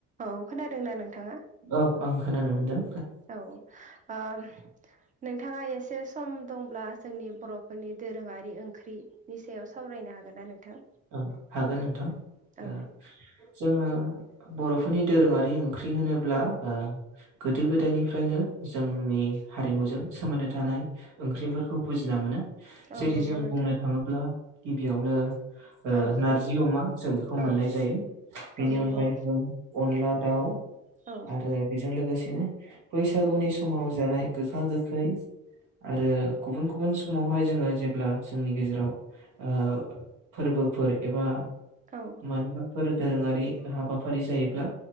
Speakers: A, on the right; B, on the right.
A: औ खोनादोंना नोंथाङा?
B: औ आं खोनानो मोन्दों।
A: औ ओ नोंथाङा एसे सम दंब्ला जोंनि बर'फोरनि दोरोङारि ओंख्रि नि सायाव सावरायनो हागोन ना नोंथां?
B: औ हागोन नोंथां
A: औ।
B: ओ जोङो बर'फोरनि दोरोङारि ओंख्रि होनोब्ला
A: औ
B: ओ गोदो गोदायनिफ्रायनो जोंनि हारिमुजों सोमोन्दो थानाय ओंख्रिफोरखौ बुजिना मोनो
A: औ
B: जेरै
A: नंगौ
B: जों
A: नोंथां
B: बुंनो थाङोब्ला गिबियावनो ओ
A: औ
B: नारजि अमा जों बेखौ
A: औ
B: मोननाय जायो। बेनि
A: औ नंगौ
B: अनगायैबो अनला दाउ
A: औ
B: ओ बेजों लोगोसेनो बैसागुनि समाव जानाय गोखा गोखै। आरो गुबुन गुबुन समावहाय जोङो जेब्ला जोंनि गेजेराव ओ फोरबोफोर एबा
A: औ
B: मानिबा फोर दोरोङारि हाबाफारि जायोब्ला